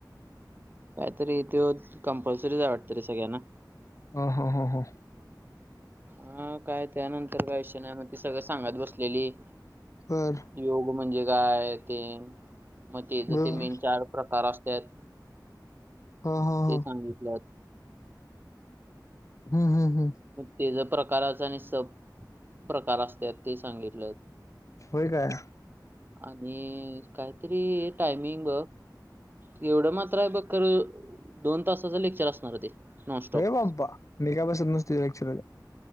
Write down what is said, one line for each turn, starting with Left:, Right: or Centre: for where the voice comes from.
Right: काहीतरी तो. कंपल्सरीजे वाटतं रे. सगळ्यांना.
Left: ह ह ह ह.
Right: हा काय त्यानंतर काय विषय नाही. मग ती सगळ सांगत बसलेली.
Left: बर.
Right: योग म्हणजे काय ते. मग तेज
Left: बर
Right: ते मेन चार प्रकार असत्यात.
Left: हा हा
Right: ते
Left: हा
Right: सांगितलं.
Left: हम्म हम्म हम्म.
Right: मग ते ज प्रकारच आणि स प्रकार असत ते सांगितलं.
Left: होय काय.
Right: आणि काहीतरी टायमिंग एवढं मात्र आहे बघ खर. दोन तासाचं लेक्चर असणार ते. नॉनस्टॉप
Left: हे बाप्पा. मी काय बसत नसतो. लेक्चरला.